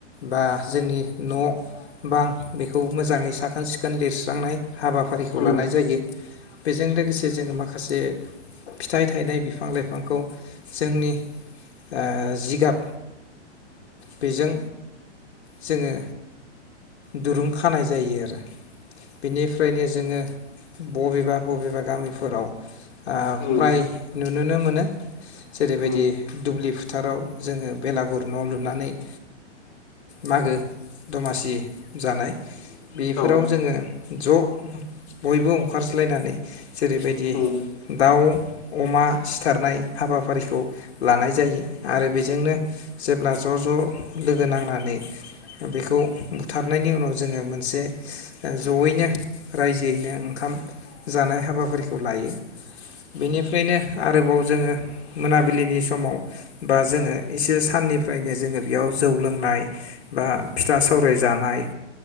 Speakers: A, on the left (about 60°); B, on the left (about 20°).
A: बा जोंनि न' बां बेखौ मोजाङै साखोन सिखोन लिरस्रांनाय हाबाफारिखौ
B: उम
A: लानाय जायो। बेजों लोगोसे जोङो माखासे फिथाइ थायनाय बिफां लाइफांखौ जोंनि ओ जिगाब बेजों जोङो दुरुं खानाय जायो आरो बेनिफ्रायनो जोङो बबेबा बबेबा गामिफोराव ओ
B: उम
A: फ्राय नु नुनो मोनो जेरैबायदि
B: उम
A: दुब्लि फोथाराव जोङो बेलागुर न' लुनानै ओ मागो दमासि जानाय बेफोराव
B: औ उम औ
A: जोङो ज' बयबो ओंखारज्लायनानै जेरैबायदि
B: उम
A: दाउ अमा सिथारनाय हाबाफारिखौ लानाय जायो आरो बेजोंनो जेब्ला ज' ज' लोगो नांनानै बेखौ बुथारनायनि उनाव जोङो मोनसे जयैनो रायजोयैनो ओंखाम जानाय हाबाफारिखौ लायो बेनिफ्रायनो आरोबाव जोङो मोनाबिलिनि समाव बा जोङो एसे साननिफ्रायनो जोङो बेयाव जौ लोंनाय बा फिथा
B: उम
A: सावराय जान नाय